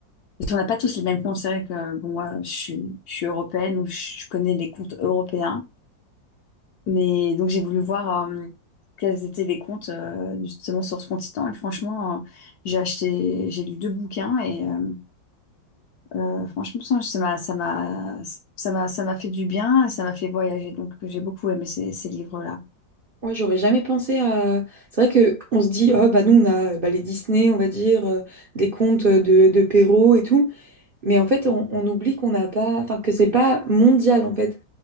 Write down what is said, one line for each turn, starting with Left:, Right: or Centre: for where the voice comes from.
Left: parce qu'on n'a pas tous les mêmes contes. C'est vrai que bon, moi, je suis, je suis européenne, donc je connais les contes européens. Mais donc j'ai voulu voir euh, quels étaient les comptes euh, justement sur ce continent. Et franchement, euh, j'ai acheté, j'ai lu deux bouquins et euh, euh, franchement, ça ça m'a, ça m'a, ça m'a, ça m'a fait du bien, ça m'a fait voyager. Donc j'ai beaucoup aimé ces, ces livres-là.
Right: Ouais, j'aurais jamais pensé à. C'est vrai que on se dit, oh bah nous on a euh, bah, les Disney, on va dire, euh, des contes euh, de, de Perrault et tout, mais en fait on, on oublie qu'on n'a pas, enfin que c'est pas mondial en fait.